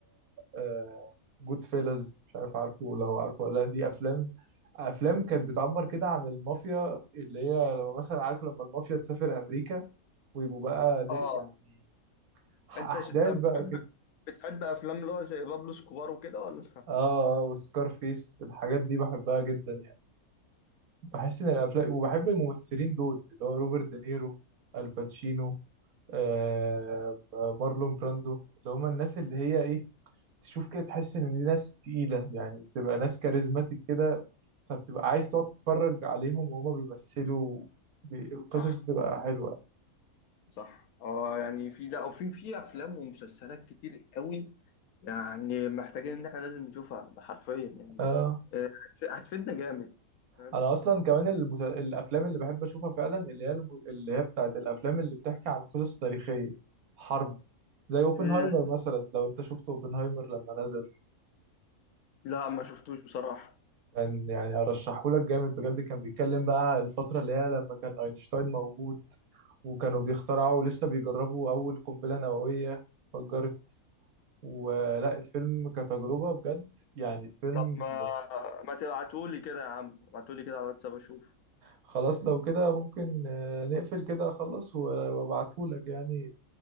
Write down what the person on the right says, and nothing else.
آه جود فيلز مش عارف عارفه ولا هو عارفه ولا لا دي افلام افلام كانت بتعبر كده عن المافيا اللي هي لما مثلا عارف لما المافيا تسافر امريكا ويبقوا بقى ل-
يعني احداث
بقى
كده
اه وسكار فيس الحاجات دي بحبها جدا يعني بحس
ان الافلام وبحب الممثلين دول اللي هو روبرت دينيرو الباتشينو آه، مارلون براندو اللي هما الناس اللي هي ايه تشوف كده تحس ان دي ناس تقيلة يعني بتبقى ناس كاريزماتيك كده فبتبقى عايز تقعد تتفرج عليهم وهما بيمثلوا بي- القصص
بتبقى حلوة
آه.
انا اصلا كمان المس... الافلام اللي بحب اشوفها فعلا اللي هي الم... اللي هي بتاعت الافلام اللي بتحكي عن قصص تاريخية حرب زي اوبنهايمر
مثلا لو انت شفت اوبنهايمر لما نزل
كان يعني ارشحه لك جامد بجد كان بيتكلم بقى على الفتره اللي هي لما كان اينشتاين موجود وكانوا بيخترعوا لسه بيجربوا اول قنبله نوويه فجرت ولا الفيلم كتجربه بجد يعني فيلم
خلاص لو كده ممكن آه، نقفل كده اخلص و- وابعته لك يعني